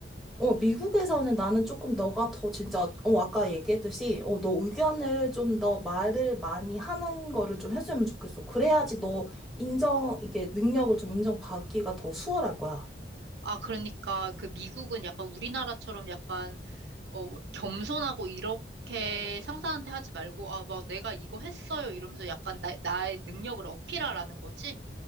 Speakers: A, in the centre; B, on the right (about 70°).
A: 어, 미국에서는 나는 조금 너가 더 진짜, 어, 아까 얘기했듯이, 어, 너 의견을 좀 더 말을 많이 하는 거를 좀 해주면 좋겠어. 그래야지 너 인정, 이게 능력을 좀 인정받기가 더 수월할 거야.
B: 아, 그러니까 그 미국은 약간 우리나라처럼 약간 어, 겸손하고 이렇게 상사한테 하지 말고 아, 막 내가 이거 했어요 이러면서 약간 나, 나의 능력을 어필하라는 거지?